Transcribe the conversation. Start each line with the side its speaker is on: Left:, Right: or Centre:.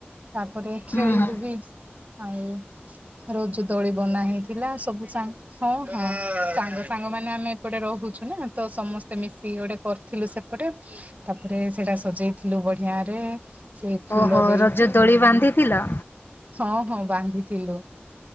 Right: ତାପରେ ଖେଳିଲୁ
Left: ହୁଁ ହୁଁ
Right: ବି ଆଉ ରଜ ଦୋଳି ବନା ହେଇଥିଲା ସବୁ ସାଙ୍ଗ ହଁ ହଁ ସାଙ୍ଗ ସାଙ୍ଗ ମାନେ ଆମେ ଏପଟେ ରହୁଛୁ ନା ତ ସମସ୍ତେ ମିଶିକି ଗୋଟେ କରିଥିଲୁ ସେପଟେ ତାପରେ ସେଇଟା ସଜେଇ ଥିଲୁ ବଢିଆରେ। ସେ ଫୁଲ
Left: ଓ ହୋ
Right: ଦେଇକି
Left: ରଜ ଦୋଳି ବାନ୍ଧିଥିଲ?
Right: ହଁ ହଁ ବାନ୍ଧିଥିଲୁ।